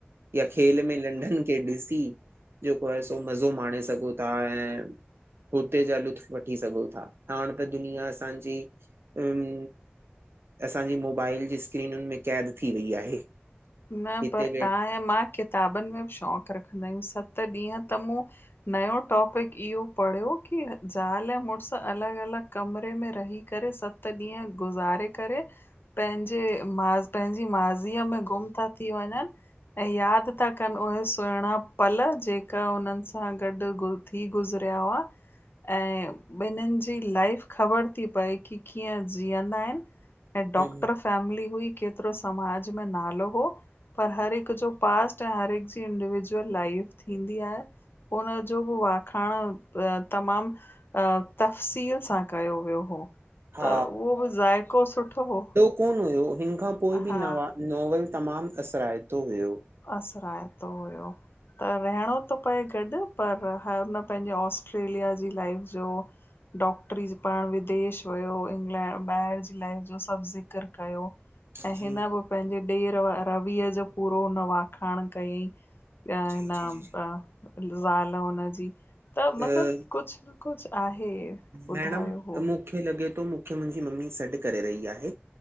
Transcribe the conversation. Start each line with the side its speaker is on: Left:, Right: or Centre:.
Right: या खेल में लंडन खे ॾिसी जेको आहे सो मज़ो मांणें सघो था ऐं हुते जा लुत्फ़ वठी सघो था हांण हाणे त दुनिया असांजी अम् असांॼी मोबाइल ॼी स्क्रीन्युन में क़ैद थी वई आहे।
Left: न
Right: हिते
Left: पर तव्हां ऐं मां किताबन में ॿि शौक़ रखंदा आहियूं सत ॾींहं त मूं नयो टॉपिक इहो पढ़ियो की ज़ाल मुर्स अलॻ अलॻ कमरे में रही करे सत ॾींहं गुज़ारे करे पंहिंजे माज़ पंहिंजी माज़ीअ में गुम था थी वञनि ऐं यादि था कन। उहे सुहिणा पल, जेका उन्हन सां गॾ गुंज थी गुज़रिया हुआ। ऐं ॿिन्हिन जी लाइफ ख़बर थी पए, की कीअं जीअंदा आहिन? ऐं
Right: वेठ
Left: डॉक्टर फैमली हुई केतरो समाज में नालो हो, पर हर हिक जो पास्ट ऐं हर हिक जी इंडिविजुअल लाइफ थींदी आ। हुनजो ब वाखाण तमाम तफ़सील सां कयो वियो हो,
Right: हा
Left: त उहो बि ज़ाइको सुठो हो।
Right: कोन्ह हुयो हिन खां पो बि
Left: हा
Right: नवा नॉवल तमाम असराएतो हुयो।
Left: असराएतो हुयो। त रहिणो थो पए गॾु पर हर हुन पंहिंजे ऑस्ट्रेलिया जी लाइफ जो डॉक्टरी पढ़णु विदेश वयो इंग्लैंड ॿाहिरि जी लाइफ जो सभु ज़िक्र कयो।
Right: जी
Left: ऐं हिन बि, पंहिंजे ॾेर रवीअ जो पूरो हुन वाखाण कयईं त
Right: जी
Left: हिन
Right: जी जी जी
Left: प ज़ाल हुनजी। त
Right: अ,
Left: मतलब कुछ न कुछ आहे ॿुधायो
Right: मैडम
Left: हो
Right: मूंखे लगे थो मूंखे मुंहिंजी मम्मी सॾु करे रही आहे।